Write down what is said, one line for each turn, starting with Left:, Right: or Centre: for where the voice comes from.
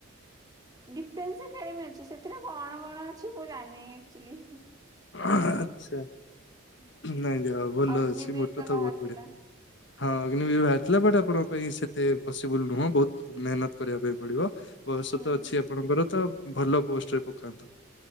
Right: Defence academy ଅଛି ସେଥିରେ କଣ କଣ ଅଛି ମୁଁ ଜାଣିନି ଆଚୁଆଲି।
Left: ଆଛା ନାଇଁ ଯାଅ ଭଲ
Right: ଅଗ୍ନିବୀର
Left: ଅଛି ମୋଟ ତ
Right: ବାହାରିଥିଲା
Left: ବହୁତ ବଢିଆ। ହଁ ବାହାରିଥିଲା ବଟ୍ ଆପଣ ପାଇଁ ସେତେ ପସିବୁଲ ନୁହଁ ବହୁତ ମେହନତ କରିବା ପାଇଁ ପଡିବ। ବୟସ
Right: ହୁଁ
Left: ତ ଅଛି ଆପଣଙ୍କର ତ ଭଲ ପୋଷ୍ଟରେ ପକାନ୍ତୁ